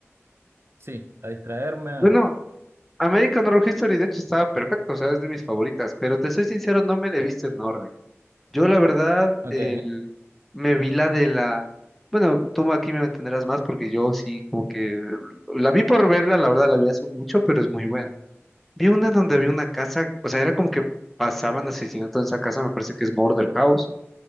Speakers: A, on the right; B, in the centre.
A: Sí, a distraerme.
B: Bueno,
A: a-
B: American Horror History, de hecho, estaba perfecto, o sea, es de mis favoritas, pero te soy sincero, no me la he visto en orden. Yo, la verdad,
A: Ok.
B: el- me vi la de la... Bueno, tú aquí me entenderás más porque yo sí, como que la vi por verla, la verdad, la vi hace mucho, pero es muy buena. Vi una donde había una casa, o sea, era como que pasaban asesinatos en esa casa, me parece que es Murder House.